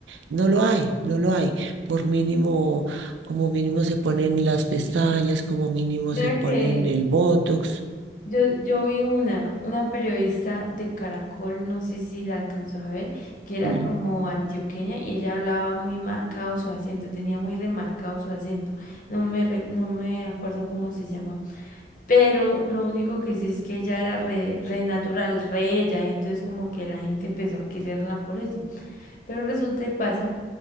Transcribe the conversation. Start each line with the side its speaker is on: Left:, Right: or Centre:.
Right: No lo hay, no lo hay. Por mínimo, como mínimo se ponen las pestañas, como mínimo
Left: Vea
Right: se ponen
Left: que,
Right: el botox.
Left: Yo, yo vi una, una periodista de Caracol, no sé si la alcanzó a ver, que era
Right: Mm,
Left: como antioqueña y ella hablaba muy marcado su acento, tenía muy remarcado su acento, no me, re- no me acuerdo cómo se llama, pero lo único que sí es que ella era re, re natural, re ella, y entonces como que la gente empezó a quererla por eso. Pero resulta y pasa